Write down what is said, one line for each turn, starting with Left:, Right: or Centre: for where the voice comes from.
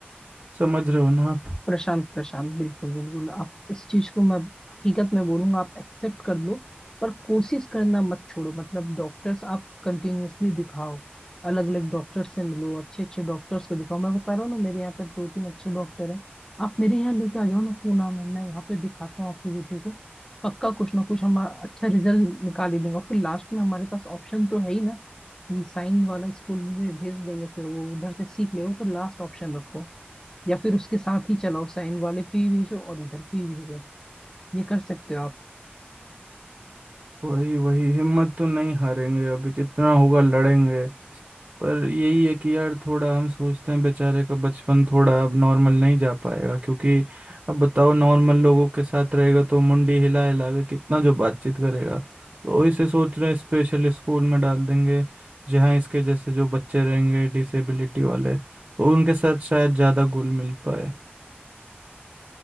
Right: समझ रहे हो ना आप
Left: प्रशांत प्रशांत बिल्कुल बिल्कुल आप इस चीज को मैं हकीकत में बोलूंगा आप एक्सेप्ट कर लो पर कोशिश करना मत छोड़ो मतलब डॉक्टर्स आप कंटिन्यूअसली दिखाओ अलग अलग डॉक्टर से मिलो अच्छे अच्छे डॉक्टर्स को दिखाओ मैं बता रहा हूँ ना मेरे यहाँ पे दो तीन अच्छे डॉक्टर हैं आप मेरे यहाँ लेके आ जाओ ना पूना में मैं यहाँ पे दिखाता हूँ आपके बेटे को पक्का कुछ ना कुछ हम अच्छा रिजल्ट निकाल ही देंगे और फिर लास्ट में हमारे पास ऑप्शन तो है ही ना कि साइन वाला स्कूल में भेज देंगे फिर वो उधर से सीख ले वो तो लास्ट ऑप्शन रखो या फिर उसके साथ ही चलाओ साइन वाले पे ही भेजो और इधर पे ही भेजो ये कर सकते हो आप
Right: वही वही हिम्मत तो नहीं हारेंगे अभी जितना होगा लड़ेंगे पर यही है कि यार थोड़ा हम सोचते हैं बेचारे का बचपन थोड़ा अब नॉर्मल नहीं जा पाएगा क्योंकि अब बताओ नॉर्मल लोगों के साथ रहेगा तो मुंडी हिला हिला के कितना जो बातचीत करेगा तो इसे सोच रहे हैं स्पेशल स्कूल में डाल देंगे जहाँ इसके जैसे जो बच्चे रहेंगे डिसेबिलिटी वाले तो उनके साथ शायद ज़्यादा घुल मिल पाए